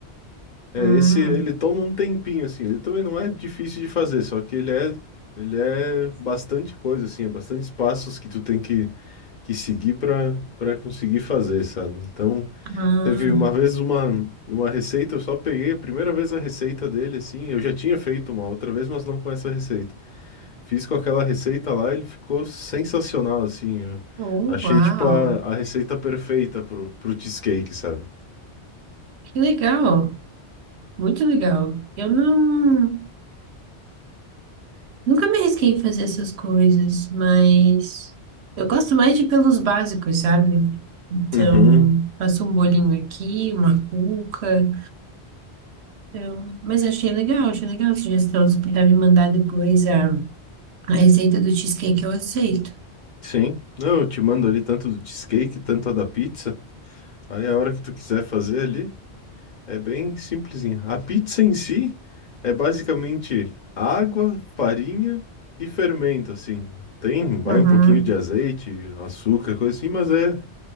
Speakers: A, on the left; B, on the right.
A: É,
B: Hum.
A: esse ele toma um tempinho assim, ele também não é difícil de fazer, só que ele é ele é bastante coisa assim, é bastante passos que tu tem que, que seguir para para conseguir fazer, sabe? Então,
B: Ah,
A: teve uma vez uma uma receita, eu só peguei a primeira vez a receita dele assim, eu já tinha feito uma outra vez, mas não com essa receita. Fiz com aquela receita lá, ele ficou sensacional, assim. Eu
B: oh,
A: achei,
B: uau.
A: tipo, a, a receita perfeita pro, pro cheesecake, sabe?
B: Que legal. Muito legal. Eu não, nunca me arrisquei em fazer essas coisas, mas eu gosto mais de pelos básicos, sabe? Então,
A: Uhum.
B: faço um bolinho aqui, uma cuca. Então, mas achei legal, achei legal a sugestão. Se puder me mandar depois a A receita do cheesecake eu aceito.
A: Sim. Não, eu te mando ali tanto do cheesecake, tanto a da pizza. Aí a hora que tu quiser fazer ali, é bem simplesinha. A pizza em si é basicamente água, farinha e fermento, assim. Tem, vai
B: Uhum,
A: um pouquinho de azeite, açúcar, coisa assim, mas é